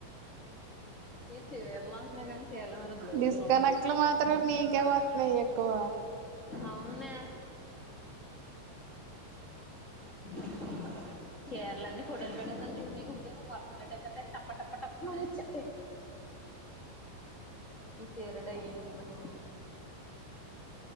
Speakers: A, on the left; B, on the right.
A: ఈ చీరలు అంటున్నాయి కానీ చీరల మీద బ్లౌజులు
B: డిస్కనెక్ట్లు
A: ఉండవు
B: మాత్రం నీకే వస్తున్నాయి ఎక్కువ
A: అవునె ఏంటో చర్ల అన్నీ ఫోటోలు పెట్టని చూడడానికి ఇప్పుడు వరస పెట్టొచ్చా టప్ప టప్ప టప్ప మరచ్చాయి ఈ చీర డయ్యింగ్ ఇవ్వను